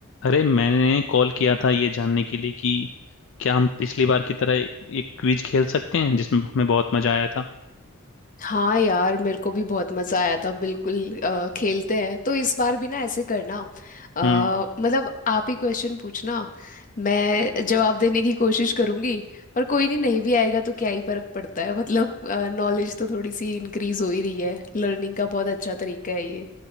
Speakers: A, on the left; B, on the left.
A: अरे मैंने कॉल किया था ये जानने के लिए कि क्या हम पिछली बार की तरह एक क्विज खेल सकते हैं जिसमें हमें बहुत मजा आया था
B: हाँ यार मेरे को भी बहुत मजा आया था बिल्कुल अ, खेलते हैं तो इस बार भी ना ऐसे करना अ,
A: हम्म
B: मतलब आप ही क्वेश्चन पूछना मैं जवाब देने की कोशिश करूंगी पर कोई नहीं नहीं भी आएगा तो क्या ही फर्क पड़ता है <laughs> मतलब नॉलेज तो थोड़ी सी इंक्रीज हो ही रही है लर्निंग का बहुत अच्छा तरीका है ये